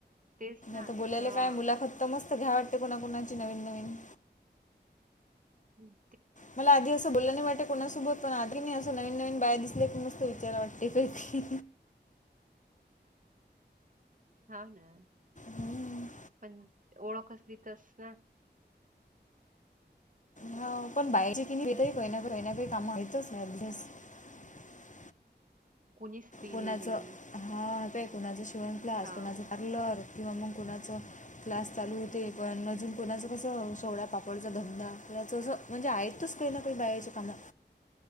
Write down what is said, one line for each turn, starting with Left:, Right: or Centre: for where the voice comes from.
Right: तेच ना
Left: आता बोलायला
Right: हा
Left: काय मुलाखत मस्त. सगळ्या वाटते कुणाकुणाची नवीन नवीन.
Right: हम्म.
Left: मला आधी असं बोल्ल नाही वाटे कोणासोबत पण आधी मी अस नवीन नवीन बाया दिसल्या की मस्त विचाराव वाटतय का
Right: हा ना.
Left: हम्म.
Right: पण ओळख असली तस
Left: ह पण बाहे <unintelligible>
Right: कोणीच फ्री
Left: कोणाचं
Right: नाही बाई
Left: हा तय कोणाच शिवण क्लास
Right: हा
Left: कोणाच पार्लर. किंवा म कोणाचं क्लास चालू होते पण अजून कोणाचं कसं सोवळ्या पापडच धंदा ल्या तसं म्हणजे आहेतच काही ना काही बाहेरच्या काम